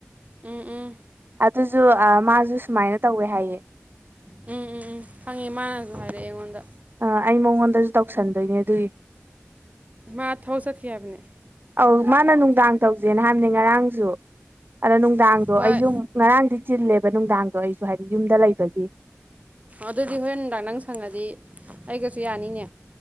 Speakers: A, on the right (about 30°); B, on the right (about 45°).
A: ꯎꯝ ꯎꯝ
B: ꯑꯗꯨꯁꯨ ꯃꯥꯁꯨ ꯁꯨꯃꯥꯏꯅ ꯇꯧꯋꯦ ꯍꯥꯏꯌꯦ
A: ꯎꯝ ꯎꯝ ꯎꯝ ꯐꯪꯉꯦ ꯃꯥꯅꯁꯨ ꯍꯥꯏꯔꯛꯑꯦ ꯑꯩꯉꯣꯟꯗ
B: ꯑ ꯑꯩ ꯃꯉꯣꯟꯗꯁꯨ ꯇꯧꯁꯟꯗꯣꯏꯅꯦ ꯑꯗꯨꯒꯤ
A: ꯃꯥ ꯊꯕꯛ ꯆꯠꯀꯦ ꯍꯥꯏꯕꯅꯦ
B: ꯑꯧ ꯃꯥꯅ ꯅꯨꯡꯗꯥꯡ ꯇꯧꯁꯦꯅ ꯍꯥꯏꯕꯅꯦ ꯉꯔꯥꯡꯁꯨ ꯑꯗꯣ ꯅꯨꯡꯗꯥꯡꯗꯣ
A: ꯍꯣꯏ
B: ꯑꯩꯁꯨ ꯉꯔꯥꯡꯗꯤ ꯆꯤꯜꯂꯦꯕ ꯅꯨꯡꯗꯥꯡꯗꯣ ꯑꯩꯁꯨ ꯍꯥꯏꯗꯤ ꯌꯨꯝꯗ ꯂꯩꯕꯒꯤ
A: ꯑꯗꯨꯗꯤ ꯍꯣꯔꯦꯟ ꯍꯟꯗꯥꯛ ꯅꯪ ꯁꯪꯉꯗꯤ ꯑꯩꯒꯁꯨ ꯌꯥꯅꯤꯅꯦ